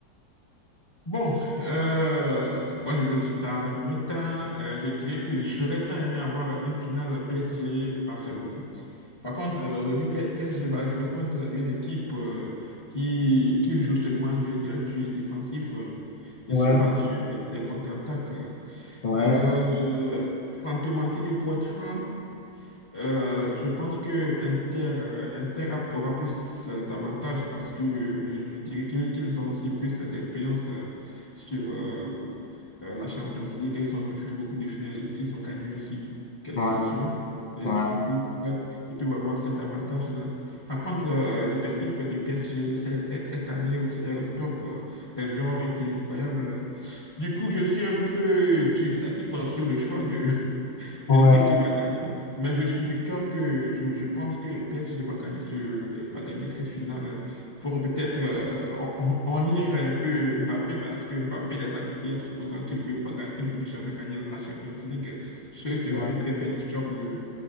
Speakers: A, on the left (about 15°); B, on the left (about 85°).
A: Bon, euh, moi, je- je- dans un premier temps, euh, je dirais que j'aurais tant aimé avoir une finale PSG-Barcelone. Par contre, euh, aujourd'hui, P- PSG va jouer contre une équipe euh, qui, qui joue seulement un jeu, un jeu défensif euh,
B: Ouais,
A: et se base sur euh, des contre-attaques.
B: ouais,
A: Euh, sans te mentir, et pour être franc, euh, je pense que Inter, euh, Inter a- aura plus euh, d'avantages parce que euh, je dirais qu'ils qu'ils ont aussi plus euh, d'expérience euh, sur euh, euh, la Champions League. Ils ont joué beaucoup de finales, ils, ils ont gagné aussi quelques-uns.
B: ouais,
A: Et
B: ouais,
A: du coup, là, ils peuvent avoir cet avantage-là. Par contre, euh, l'effectif du PSG c'est- c'est- cette année aussi est au top. euh, Les joueurs ont été incroyables. Du coup, je suis un peu dubitatif euh, sur le choix
B: ouais,
A: d'une équipe qui va gagner. Mais je suis du cœur que je, je pense que le PSG va gagner, ce, va gagner cette finale pour peut-être euh, en, en- en ir un peu Mbappé parce que Mbappé les a quittés en supposant qu'ils ne peuvent pas, ga- qu'ils ne peuvent jamais gagner la Champions League. Ce sera
B: ouais.
A: une très belle histoire pour eux.